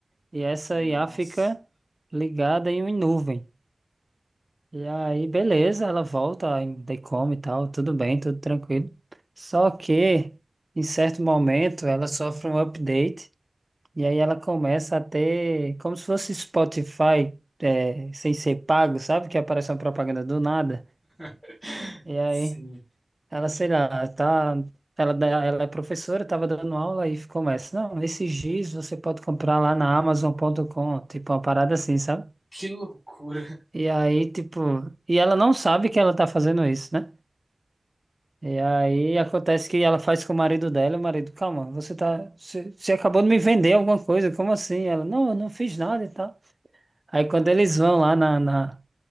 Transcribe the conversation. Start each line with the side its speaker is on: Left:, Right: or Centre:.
Right: E essa
Left: nossa,
Right: IA fica ligada em uma nuvem. E aí, beleza, ela volta, ainda come e tal, tudo bem, tudo tranquilo. Só que, em certo momento, ela sofre um update e aí ela começa a ter, como se fosse Spotify, é, sem ser pago, sabe? Que aparece uma propaganda do nada.
Left: <laughs>
Right: E aí,
Left: sim,
Right: ela, sei lá, tá, ela, dá- ela é professora, estava dando aula e começa, não, esse giz você pode comprar lá na Amazon.com, tipo uma parada assim, sabe?
Left: que loucura.
Right: E aí, tipo, e ela não sabe que ela tá fazendo isso, né? E aí acontece que ela faz com o marido dela, o marido, calma, você tá, você, você acabou de me vender alguma coisa, como assim? Ela, não, eu não fiz nada e tal. Aí quando eles vão lá na, na,